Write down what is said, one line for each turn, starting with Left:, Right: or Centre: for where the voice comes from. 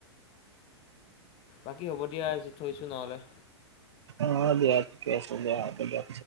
Left: বাকী হ'ব দিয়া আজি থৈছো নহ'লে।
Right: অ দিয়া ঠিকে আছে। হ'ব দিয়া।